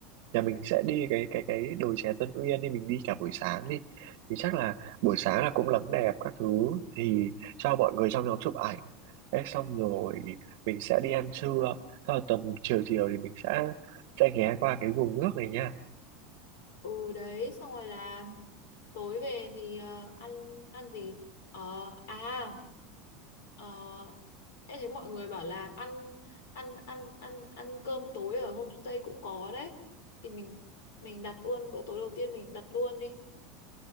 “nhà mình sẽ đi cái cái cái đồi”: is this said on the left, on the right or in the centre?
Right